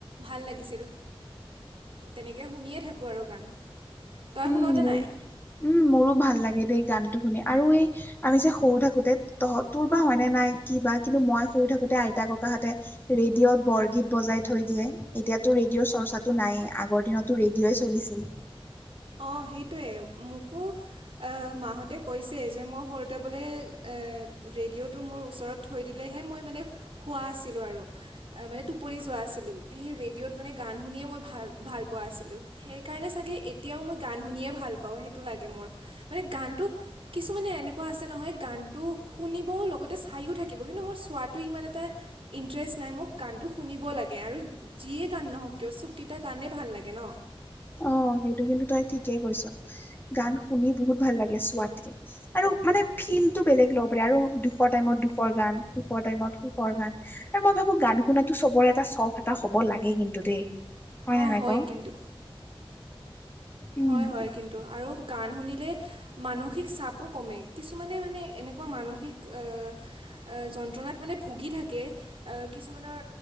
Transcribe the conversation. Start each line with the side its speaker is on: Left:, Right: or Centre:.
Right: ভাল লাগিছিল তেনেকে শুনিয়ে থাকো আৰু গান তই
Left: উম
Right: শুন নে
Left: মোৰ
Right: নাই?
Left: উম মোৰো ভাল লাগে দেই গানটো শুনি আৰু এই আমি যে সৰু থাকোতে তহঁত তোৰ বা হয়নে নাই কি বা কিন্তু মই সৰু থাকোতে আইতা-ককাহঁতে ত ৰেডিঅ'ত বৰগীত বজাই থৈ দিয়ে, এতিয়াতো ৰেডিঅ'ৰ চৰ্চাটো নাইয়ে আগৰ দিনতটো ৰেডিঅ'ই চলিছিল
Right: অ সেইটোৱে মোকো অ মাহঁতে কৈছে যে মই সৰুতে বোলে এ ৰেডিঅ'টো মোৰ ওচৰত থৈ দিলেহে মই মানে হোৱা আছিলো আৰু মানে টোপনি যোৱা আছিলো সেই ৰেডিঅ'ত মানে গান শুনিয়ে মই ভাল ভাল পোৱা আছিলোঁ সেইকাৰণে চাগে এতিয়াও মই গান শুনিয়ে ভাল পাওঁ সেইটো লাগে মোৰ মানে গানটো কিছুমানে এনেকুৱা আছে নহয় গানটো শুনিবও লগতে চায়ো থাকিব কিন্তু মোৰ চোৱাটো ইমান এটা ইণ্টৰেষ্ট নাই মোক গানটো শুনিব লাগে আৰু যিয়ে গান নহওঁক কিয় চুকীটা গানেই ভাল লাগে ন
Left: অ সেইটো কিন্তু তই ঠিকেই কৈছ গান শুনি বহুত ভাল লাগে ছোৱালীৰ আৰু মানে ফিলটো বেলেগ ল'ব পাৰে আৰু দুখৰ টাইমত দুখৰ গান, সুখৰ টাইমত সুখৰ গান এ মই ভাবো গান শুনাতো চবৰে এটা চখ এটা হব লাগে কিন্তু দেই
Right: অ
Left: নে নাই
Right: হয়
Left: ক?
Right: কিন্তু
Left: উম
Right: হয় হয় কিন্তু আৰু গান শুনিলে মানসিক চাপো কমে কিছুমানে মানে এনেকুৱা মানসিক এহ এ যন্ত্ৰণাত মানে ভুগি থাকে অ কিছুমানৰ